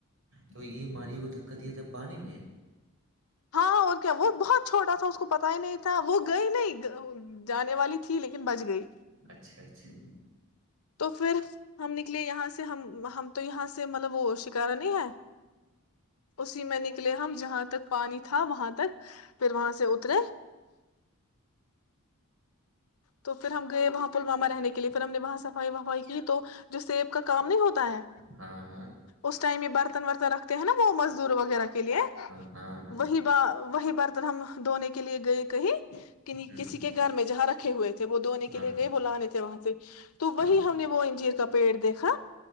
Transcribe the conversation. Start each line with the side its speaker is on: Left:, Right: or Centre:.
Right: تو یہ ماریے کو دکا دیا تھا پانی میں
Left: ہاںاں اور کیا وہ بہت چھوٹا تھا اس کو پتا ہی نہیں تھا وہ گئی نہیں جانے والی تھی لیکن بچ گئی
Right: اچھا اچھا
Left: تو پھر ہم نکلے یہاں سے ہم ہم تو یہاں سے مطلب وہ شکارا نہیں ہے اسی میں نکلے ہم جہاں تک پانی تھا وہاں تک پھر وہاں سے اترے تو پھر ہم گئے وہاں پلواما رہنے کے لیے پھر ہم نے وہاں صفائی وفائی کی تو جو سیب کا کام نہیں ہوتا ہے
Right: ہاں ہاں
Left: اس ٹائم یہ برتن ورتن رکھتے ہیں نا وہ مزدور وغیرہ کے لیے
Right: ہوں ہاں ہاں ہاں ہاں ہاں
Left: وہی وہی برتن ہم دھونے کے لیے گئے کہیں کسی
Right: ہوں
Left: کے گھر میں جہاں رکھے ہوئے تھے وہ دونے کے
Right: ہاں
Left: لیے گئے ب لانے تھے وہاں سے تو
Right: ہاں
Left: وہی ہم نے وہ انجیر کا پیڑ دیکھا